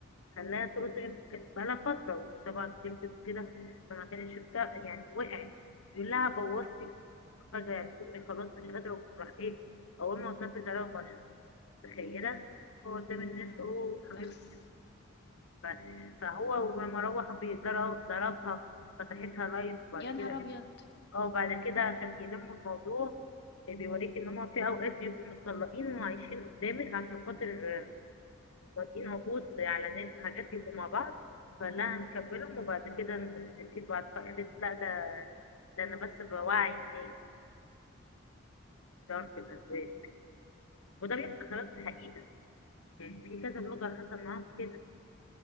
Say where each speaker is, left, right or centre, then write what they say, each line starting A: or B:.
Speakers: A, on the left; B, on the left.
A: خلاها ترقص هي كانت بقالها فترة وطبعا بتلبس كده فما كانتش بتاع يعني وقعت يقول لها بوظتي فجأة يعني أمي خلاص مش قادرة وراح إيه أول ما وصلت عليها ومشت متخيلة هو قدام
B: امم
A: الناس أوه حبيبتي
B: اخس
A: ف- فهو ولما روح بيضرب- ضربها فتحتها لايف وبعد
B: يا
A: كده
B: نهار ابيض
A: اه بعد كده عشان يلموا الموضوع إيه، بيوريك ان هما في اوقات بيبقوا متطلقين وعايشين قدامك عشان خاطر آه، واطيين عقود على ناس وحاجات بيبقوا مع بعض فقال لها هنكملهم وبعد كده نسيب بعض فقالت لا ده ده انا بس بوعي الناس تعرف الازواج وده بيحصل خلاف الحقيقة يعني في كذا بلوجر حصل معاهم كده